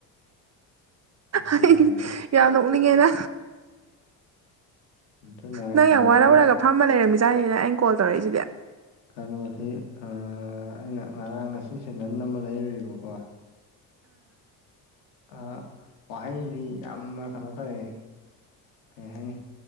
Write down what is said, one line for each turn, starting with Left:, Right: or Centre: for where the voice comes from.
Left: ꯑꯗꯨꯅ
Right: ꯑꯩꯒꯤ ꯌꯥꯝ ꯅꯣꯛꯅꯤꯡꯉꯦꯗ
Left: ꯑꯗꯨꯅ
Right: ꯅꯪ
Left: ꯀꯩꯅꯣꯗꯤ
Right: ꯌꯥꯝ ꯋꯥꯔꯧꯔꯒ ꯐꯝꯃ ꯂꯩꯔꯝꯃꯤꯖꯥꯅꯤꯅꯦ ꯑꯩꯅ ꯀꯣꯜ ꯇꯧꯔꯛꯏꯁꯤꯗꯤ
Left: ꯀꯩꯅꯣꯗꯤ ꯑꯩꯅ ꯉꯔꯥꯡ ꯉꯁꯤ ꯁꯦꯗꯟ ꯑꯃ ꯂꯩꯔꯨꯏꯕꯀꯣ ꯑ ꯋꯥꯍꯩꯗꯤ ꯌꯥꯝꯅ ꯀꯩꯅꯣ ꯇꯧꯥꯋꯦ ꯀꯩ ꯍꯥꯏꯅꯤ